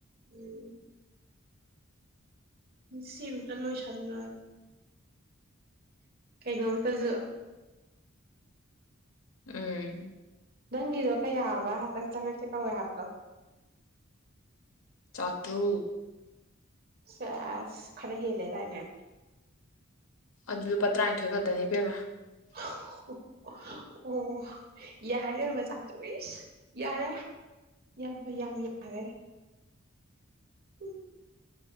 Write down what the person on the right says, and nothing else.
ꯎꯝ ꯁꯤ ꯑꯝꯇ ꯂꯣꯏꯁꯟꯂꯨꯔꯒ ꯀꯩꯅꯣꯝꯇꯁꯨ
ꯅꯪꯒꯤꯗꯣ ꯀꯌꯥꯕ ꯍꯟꯇꯪ ꯆꯪꯉꯛꯀꯦ ꯇꯧꯋꯦ ꯍꯥꯏꯕꯗꯣ
ꯆꯦꯁ ꯈꯔ ꯍꯦꯜꯂꯦꯗꯥꯏꯅꯦ
ꯑꯣ ꯌꯥꯔꯦ ꯃꯖꯥ ꯇꯁ ꯌꯥꯔꯦ ꯌꯥꯝ ꯐꯩ ꯌꯥꯝ ꯌꯥꯔꯦ ꯎ